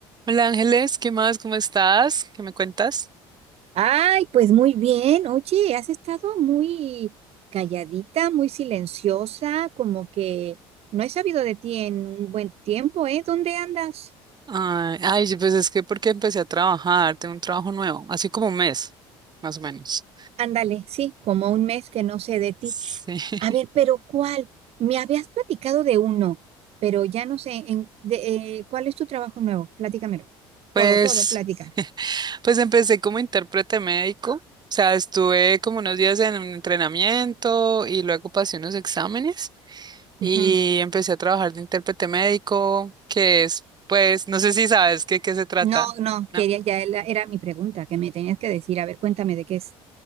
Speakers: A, on the right (about 35°); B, on the right (about 60°).
A: Hola Ángeles, ¿qué más? ¿Cómo estás? ¿Qué me cuentas?
B: Ay, pues muy bien. Oye, has estado muy calladita, muy silenciosa, como que no he sabido de ti en un buen tiempo, ¿eh? ¿Dónde andas?
A: Ay, ay, sí, pues es que porque empecé a trabajar, tengo un trabajo nuevo, así como un mes, más o menos.
B: Ándale, sí, como un mes que no sé de ti.
A: Sí. <laughs>
B: A ver, pero ¿cuál? Me habías platicado de uno, pero ya no sé en, de, eh, ¿cuál es tu trabajo nuevo? Platícamelo.
A: Pues,
B: Todo, todo, plática.
A: pues empecé como intérprete médico, o sea, estuve como unos días en un entrenamiento y luego pasé unos exámenes y
B: Ujú.
A: empecé a trabajar de intérprete médico, que es, pues, no sé si sabes qué, qué se trata,
B: No, no,
A: ¿no?
B: quería, ya era, era mi pregunta que me tenías que decir. A ver, cuéntame de qué es.